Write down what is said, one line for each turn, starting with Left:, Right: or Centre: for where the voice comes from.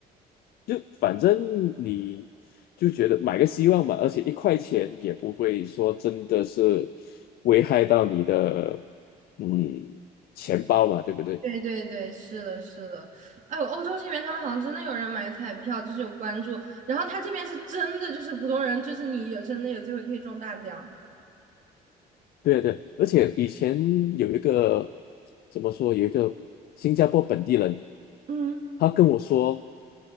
Left: 就反正你就觉得买个希望嘛，而且一块钱也不会说真的是危害到你的嗯钱包嘛，对不对？
Right: 对对对，是的，是的。哎，欧洲这边他们好像真的有人买彩票，就是有关注，然后他这边是真的，就是普通人，就是你有真的有机会可以中大奖。
Left: 对啊对啊，而且以前有一个怎么说，有一个新加坡本地人，
Right: 嗯，
Left: 他跟我说，